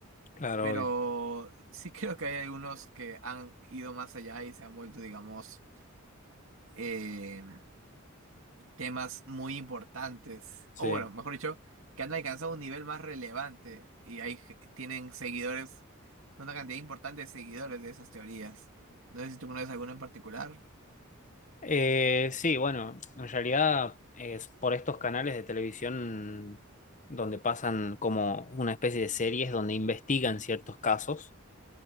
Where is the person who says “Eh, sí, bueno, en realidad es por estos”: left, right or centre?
Left